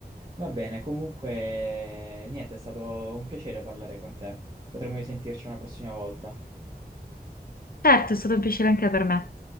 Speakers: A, on the right; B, on the left.
A: Va bene, comunque niente, è stato un piacere parlare con te. Potremmo risentirci una prossima volta.
B: Certo, è stato un piacere anche per me.